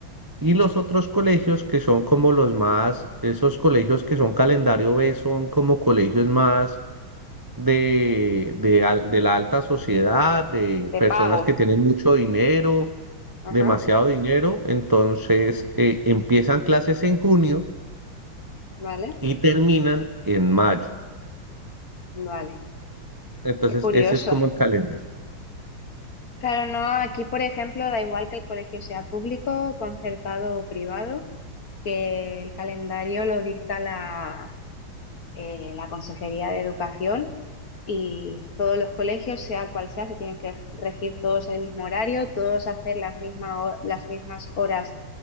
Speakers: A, on the right; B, on the left.
A: Y los otros colegios que son como los más, esos colegios que son calendario B son como colegios más de, de, al- de la alta sociedad, de
B: De
A: personas
B: pago.
A: que tienen mucho dinero,
B: Ajá.
A: demasiado dinero, entonces eh, empiezan clases en junio
B: Vale.
A: y terminan en mayo.
B: Vale.
A: Entonces
B: Qué curioso.
A: ese es como el calendario.
B: Claro, no, aquí por ejemplo da igual que el colegio sea público, concertado o privado, que el calendario lo dicta la, eh, la Consejería de Educación y todos los colegios, sea cual sea, se tienen que regir todos el mismo horario, todos hacer las misma ho- las mismas horas